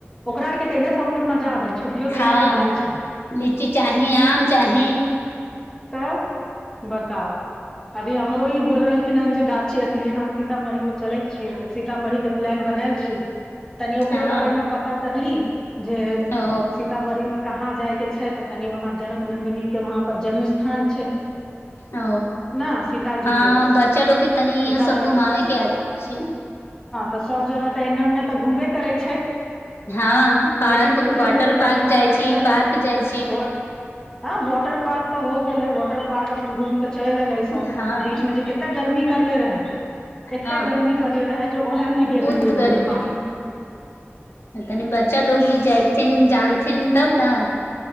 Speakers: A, on the left (about 15°); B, on the left (about 65°).
A: ओकरा आरके तऽ इहे सब मे मजा आबै छै छुट्टियो तऽ
B: हँ
A: इहे लेल भेल
B: लीची चाही आम चाही
A: तऽ बताउ अभी हमरो ई बोल रहलखिन हेन जे गाछी अथी य सीतामढ़ी मे चलैके छी तऽ सीतामढ़ी के प्लान बनायल छी तनी ओकरे
B: हँ
A: बारेमे पता करली <inaudible> जे
B: ओ
A: सीतामढ़ी मे कहाँ जायके छै तऽ तनि वहाँ जनक नन्दिन के वहाँ पर जन्म स्थान छै
B: ओ
A: ने सीताजी
B: ह
A: के
B: बच्चा लोगके तनि इहो
A: सीतामढ़ी
B: सब घुमाबे के छै
A: त सब जगह तऽ एने ओन्ने तऽ घुमबे करै छै
B: हँ पार्क
A: लेकिन सोचलियै
B: वाटर
A: जे तनि
B: पार्क
A: कोनो
B: जाइ छी
A: ऐसनी
B: पार्क जाइ छी
A: ह वाटर पार्क तऽ हो वाटर पार्क अपन घूमि चल एलै सब
B: हँ
A: बीच मे जे कतना गर्मी कर ले रहै एते
B: हँ
A: गर्मी करले रहै ज ओहे मे गेल
B: बहुत
A: रहिए वाटर
B: गर्मी
A: पार्क
B: तनी बच्चा लोग भी जाइते जानथिन तब ने